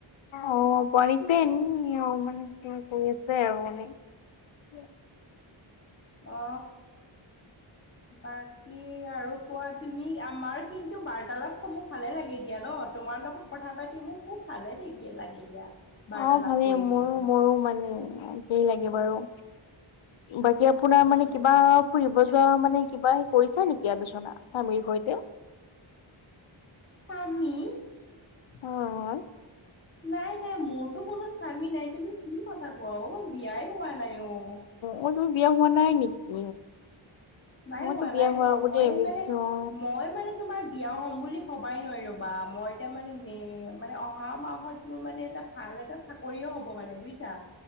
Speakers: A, on the left (about 70°); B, on the left (about 25°).
A: অ পোৱালিক পেনি অ মানে কি কৈ আছে আৰু মানে। <unintelligible>
B: অ বাকী আৰু কোৱা তুমি আমাৰ কিন্তু বাৰ্তালাপ সমূহ ভালে লাগে দিয়া ন, তোমাৰ লগত কথা পাতি মোক খুব <unintelligible> লাগে দিয়া। বাৰ্তালাপ
A: অ ভালেই
B: কৰি
A: মোৰো
B: পিনে
A: মোৰো মানে একেই লাগে বাৰু, বাকী আপোনাৰ
B: উম
A: মানে কিবা ফুৰিব যোৱা মানে কিবা কৰিছা নেকি আলোচনা স্বামীৰ সৈতে?
B: স্বামী?
A: অ অ।
B: নাই নাই মোৰতো কোনো স্বামী নাই তুমি কি কথা কোৱা অ, বিয়াই নাই অ।
A: অ তুমি বিয়া হোৱা নাই নেকি?
B: নাই
A: মইতো
B: হোৱা,
A: বিয়া
B: নাই হোৱা।
A: বুলি
B: মই
A: ভাবিছো
B: মানে,
A: অ
B: মই মানে তোমাৰ বিয়া হ'ম বুলি ভবাই নোৱাৰ বা মই এতিয়া মানে নে মানে অহা মাহত মোৰ মানে এটা ভাল এটা চাকৰিও হ'ব মানে বুজিছা?